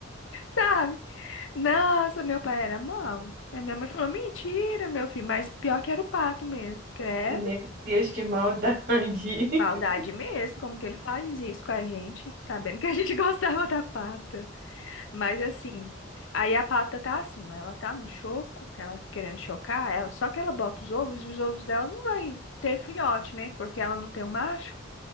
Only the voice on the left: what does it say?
sabe? Nossa, meu pai era mau. Aí minha mãe falou, mentira, meu filho, mas pior que era o pato mesmo, credo.
Maldade
mesmo, como que ele faz isso com a gente, sabendo que a gente <laughs> gostava da pata. Mas assim, aí a pata tá assim, ó, ela tá no choco, ela querendo chocar, ela, só que ela bota os ovos e os ovos dela não vai ter filhote, né? Porque ela não tem um macho.